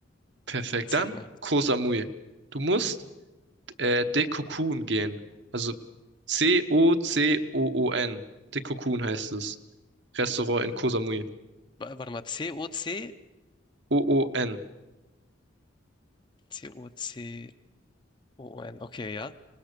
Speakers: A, on the right; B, on the left.
A: Perfekt.
B: Let's safe
A: Dann
B: machen.
A: Koh Samui. Du musst äh, Dekokun gehen. Also C-O-C-O-O-N. Dekokun heißt es. Restaurant in Koh Samui.
B: Wa- Warte mal, C-O-C?
A: O-O-N.
B: C-O-C-O-O-N. Okay, ja.